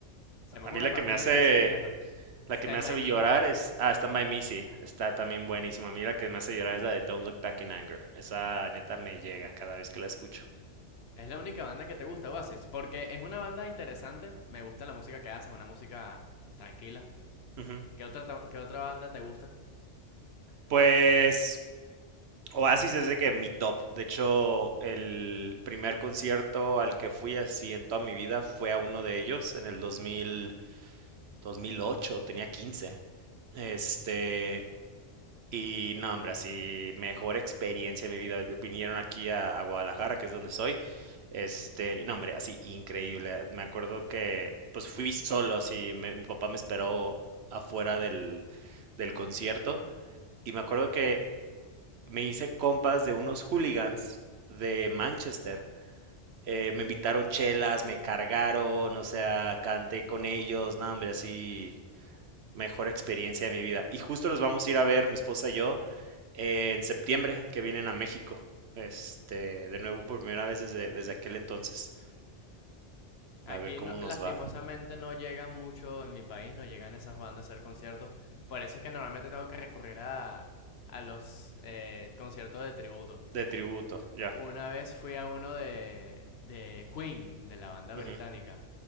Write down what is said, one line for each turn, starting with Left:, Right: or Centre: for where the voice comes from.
Left: Se llama
Right: A
Left: como
Right: mí
Left: una,
Right: la
Left: pa-
Right: que me
Left: una
Right: hace,
Left: canción vieja.
Right: La
Left: Stand
Right: que me hace
Left: By Me.
Right: llorar es, ah, Stand By Me, sí, está también buenísima. A mí la que me hace llorar es la de Don't Look Back in Anger. Esa neta me llega cada vez que la escucho.
Left: Es la única banda que te gusta, Oasis. Porque es una banda interesante. Me gusta la música que haces, una música tranquila.
Right: Ujú.
Left: ¿Qué otra, ta- qué otra banda te gusta?
Right: Pues Oasis es de que mi top. De hecho, el primer concierto al que fui así en toda mi vida fue a uno de ellos en el 2000, 2008, tenía 15. Este, Y no, hombre, así mejor experiencia de mi vida. Vinieron aquí a, a Guadalajara, que es donde soy. Este, y no, hombre, así increíble. Me acuerdo que pues fui solo, así me- mi papá me esperó afuera del, del concierto. Y me acuerdo que me hice compas de unos hooligans de Manchester. Eh, me invitaron chelas, me cargaron, o sea, canté con ellos, no, hombre, así mejor experiencia de mi vida. Y justo los vamos a ir a ver, mi esposa y yo eh, en septiembre que vienen a México. Este, de nuevo por primera vez desde, desde aquel entonces.
Left: Aquí,
Right: A ver cómo
Left: no-
Right: nos
Left: lastimosamente,
Right: va.
Left: no llegan mucho en mi país, no llegan esas bandas a hacer conciertos. Por eso es que normalmente tengo que recurrir a, a los eh, conciertos de tributo.
Right: De tributo, ya.
Left: Una vez fui a uno de, de Queen, de la banda británica.
Right: Ujú,